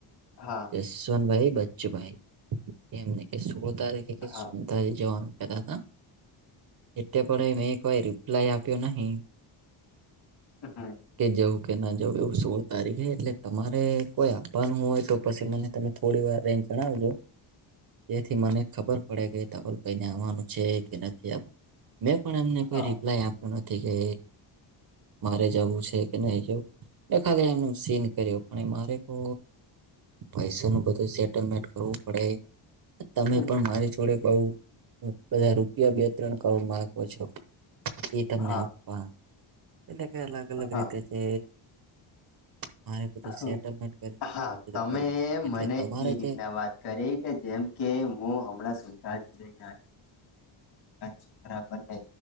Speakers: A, on the left; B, on the right.
A: હા
B: છે. ન ભાઈ બચ્ચુભાઈ, એમને સોળ તારી
A: હા
B: સનતા જવાનું કેતા હતા. એ પણ મેં કોઈ રિપ્લાય આપ્યો નહીં.
A: હા.
B: કે જવું કેના જવું એવું. સોળ તારીખે એટલે તમારે કોઈ આપવાનું હોયતો પછી મને તમે થોડીવાર રેન્જ જણાવજો. તેથી મને ખબર પડે કે તાવલ પહીને આવવાનું છે કે નથી આવવાનું. મેં પણ એમને કોઈ
A: હા
B: રિપ્લાય આપ એ નથી કે મારે જવું છે કે નહી જવું. એ ખાલી એમનું સીન કર્યું. પણ મારે તો પૈસા નું બધું સેટલમેન્ટ કરવું પડે. તમે
A: હમ
B: પણ મારી જોડે બહુ બધા રૂપિયા બે -ત્રણ કરોડ માંગો છો. એ તને
A: હા
B: આપવા, એટલે કે અલગ અલગ
A: હા
B: રીતે છે. મારે બધું
A: હમ
B: સેટલમેન્ટ કરીને
A: હા
B: બધું
A: તમે
B: કરવું એટલે
A: મને
B: તમારે
A: એ રીતના
B: જે
A: વાત કરી કે જેમ કે હું હમણાં સઈ છે. બરાબર બંને